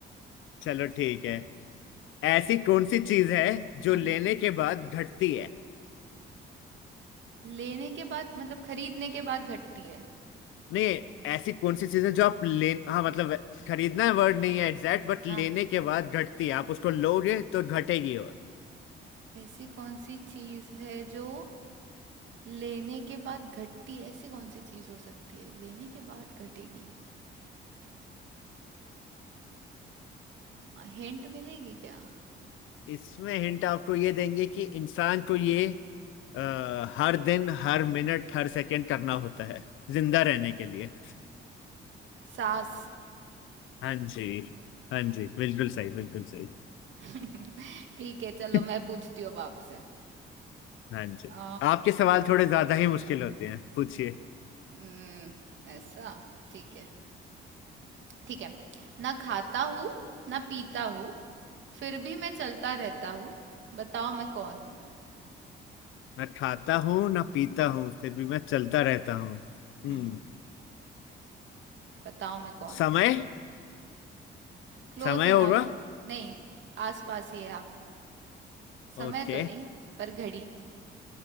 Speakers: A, on the left; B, on the right.
A: चलो ठीक है ऐसी कौन सी चीज है जो
B: हम्म
A: लेने के बाद घटती है
B: लेने के बाद मतलब खरीदने के बाद घटती है
A: नहीं ऐसी कौन सी चीज है जो आप ले हाँ मतलब खरीदना वर्ड नहीं है एग्जैक्ट बट लेने
B: हाँ
A: के बाद घटती है आप उसको लोगे तो घटेगी और
B: ऐसी कौन सी चीज है जो लेने के बाद घटती है ऐसी कौन सी चीज हो सकती है लेने के बाद घटेगी हिंट मिलेगी क्या
A: इसमें हिंट आपको ये देंगे कि इंसान को ये अ, हर दिन हर मिनट हर सेकंड करना होता है जिंदा रहने के लिए
B: सास
A: हाँ जी हाँ जी बिल्कुल सही बिल्कुल सही
B: <laughs> ठीक है चलो
A: <laughs>
B: मैं पूछती हूँ अब आपसे
A: हाँ जी
B: आ,
A: आपके सवाल थोड़े ज्यादा ही मुश्किल होते हैं पूछिए
B: हम्म, ऐसा ठीक है ठीक है ना खाता हूँ ना पीता हूँ फिर भी मैं चलता रहता हूँ बताओ मैं कौन हूँ
A: मैं खाता हूँ ना पीता हूँ फिर भी मैं चलता रहता हूँ हम्म
B: हम्म बताओ मैं कौन
A: समय
B: हूँ Close
A: समय
B: enough
A: होगा
B: नहीं आस पास ही है आप समय
A: ओके
B: तो नहीं पर घड़ी